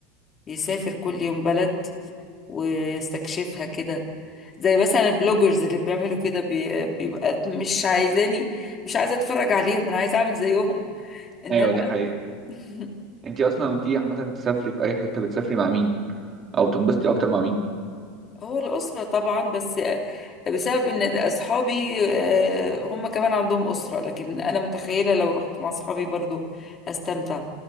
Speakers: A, on the left; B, on the right.
A: يسافر كل يوم بلد ويستكشفها كده زي مثلا البلوجرز اللي بيعملوا كده بي- بيبقى مش عايزاني مش عايزة اتفرج عليهم انا عايزة اعمل زيهم ان
B: ايوه
A: انا
B: دي حقيقه
A: اروح <laughs>
B: انتي اصلا وانتي عامه تسافري في اي حته بتسافري مع مين او تنبسطي اكتر مع مين
A: هو الأسرة طبعا بس بسبب إن أصحابي آه، هم كمان عندهم أسرة لكن أنا متخيلة لو رحت مع أصحابي برضو هستمتع